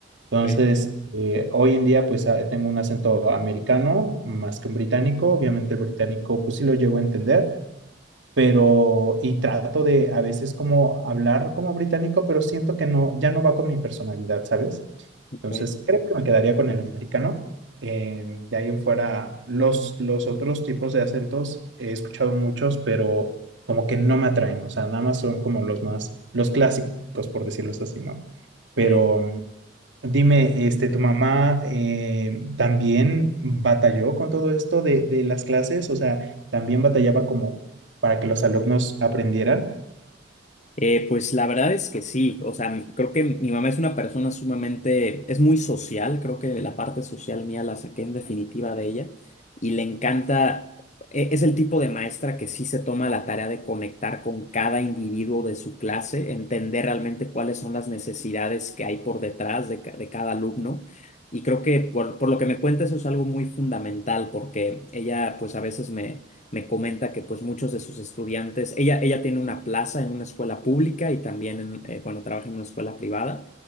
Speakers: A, on the right; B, on the left.
A: Entonces,
B: ok,
A: eh, hoy en día, pues ah, tengo un acento americano más que un británico. Obviamente, el británico, pues sí lo llego a entender, pero y trato de a veces como hablar como británico, pero siento que no, ya no va con mi personalidad, ¿sabes?
B: ok,
A: Entonces creo que me quedaría con el americano. Eh, de ahí en fuera, los, los otros tipos de acentos he escuchado muchos, pero como que no me atraen, o sea, nada más son como los más, los clásicos, por decirlo así, ¿no? Pero
B: sí.
A: Dime, este, ¿tu mamá eh, también batalló con todo esto de, de las clases? O sea, ¿también batallaba como para que los alumnos aprendieran?
B: Eh, pues la verdad es que sí, o sea, m- creo que mi mamá es una persona sumamente, es muy social, creo que la parte social mía la saqué en definitiva de ella y le encanta, e- es el tipo de maestra que sí se toma la tarea de conectar con cada individuo de su clase, entender realmente cuáles son las necesidades que hay por detrás de, ca- de cada alumno. Y creo que por, por lo que me cuenta eso es algo muy fundamental porque ella pues a veces me me comenta que pues muchos de sus estudiantes, ella, ella tiene una plaza en una escuela pública y también, en, eh, bueno, trabaja en una escuela privada.